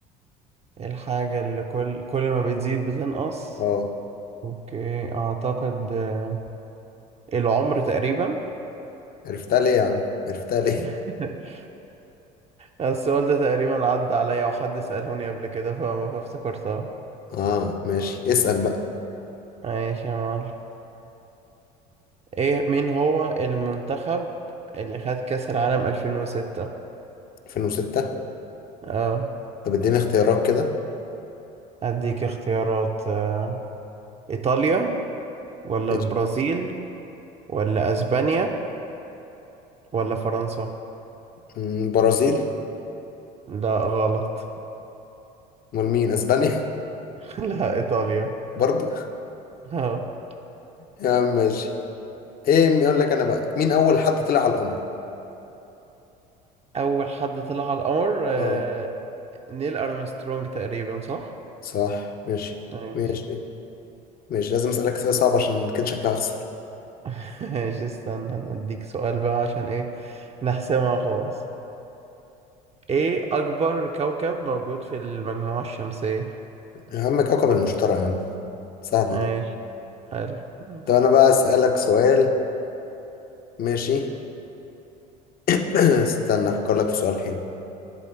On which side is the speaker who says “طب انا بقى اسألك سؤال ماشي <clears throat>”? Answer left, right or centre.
Left